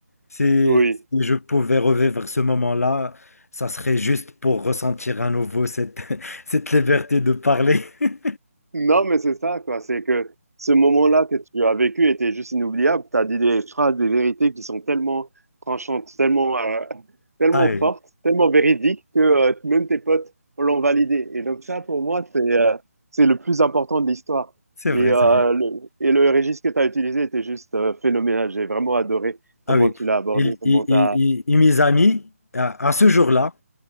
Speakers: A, on the left (about 75°); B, on the right (about 80°).
A: Si,
B: Oui.
A: si je pouvais revivre ce moment-là, ça serait juste pour ressentir à nouveau cette, <laughs> cette liberté de parler. <laughs>
B: Non, mais c'est ça, quoi. C'est que ce moment-là que tu as vécu était juste inoubliable. Tu as dit des phrases, des vérités qui sont tellement tranchantes, tellement, euh, <laughs> tellement
A: Ah oui,
B: fortes, tellement véridiques que euh, même tes potes l'ont validé. Et donc ça, pour moi, c'est euh, c'est le plus important de l'histoire.
A: c'est vrai,
B: Et, euh,
A: c'est vrai.
B: le, et le registre que tu as utilisé était juste euh, phénoménal. J'ai vraiment adoré comment
A: Ah oui.
B: tu l'as abordé,
A: Il-
B: comment
A: il-
B: tu
A: il-
B: as...
A: il- il- mes amis, à, à ce jour-là,